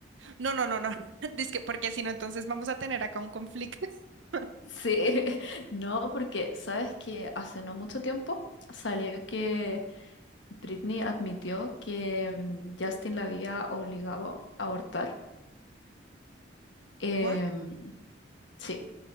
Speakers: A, on the right; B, on the left.
A: No, no, no, no. <laughs> Dizque, porque si no, entonces vamos a tener acá un conflicto. <laughs>
B: Sí, <laughs> no, porque sabes que hace no mucho tiempo salió que Britney admitió que mm, Justin la había obligado a abortar. Em,
A: What?
B: sí,